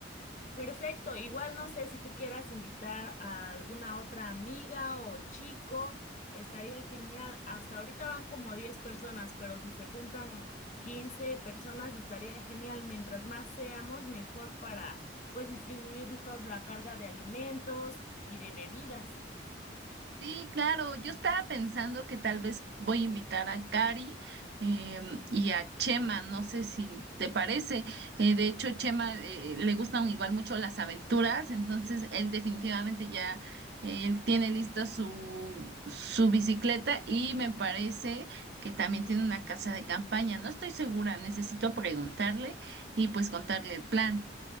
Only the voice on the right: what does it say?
Sí, claro, yo estaba pensando que tal vez voy a invitar a Cari em, y a Chema, no sé si te parece. Eh, de hecho, Chema eh, le gustan igual mucho las aventuras, entonces él definitivamente ya eh, él tiene lista su, su bicicleta y me parece que también tiene una casa de campaña. No estoy segura, necesito preguntarle y pues contarle el plan.